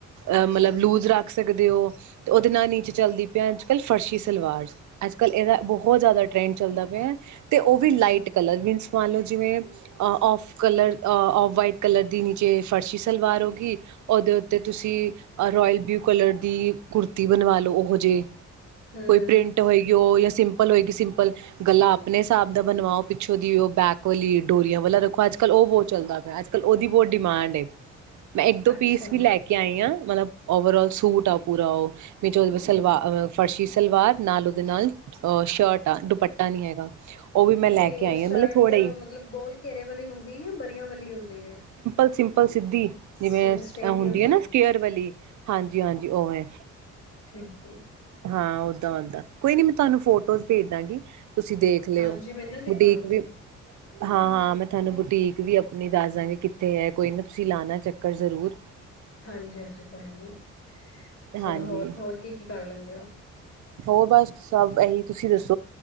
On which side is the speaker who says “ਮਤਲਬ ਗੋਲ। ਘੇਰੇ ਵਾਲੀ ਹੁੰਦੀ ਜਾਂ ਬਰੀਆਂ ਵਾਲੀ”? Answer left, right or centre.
Left